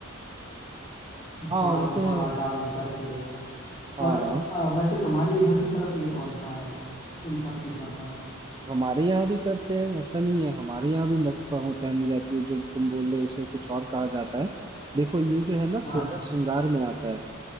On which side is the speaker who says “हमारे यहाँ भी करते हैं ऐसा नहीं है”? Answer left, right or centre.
Right